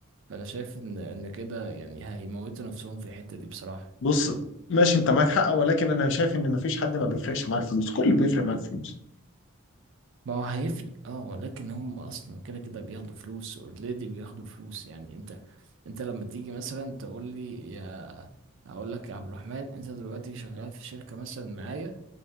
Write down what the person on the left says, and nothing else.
بص ماشي انت معاك حق ولكن انا شايف ان مفيش حد ما بيفرقش معاه الفلوس كله بيفرق معاه الفلوس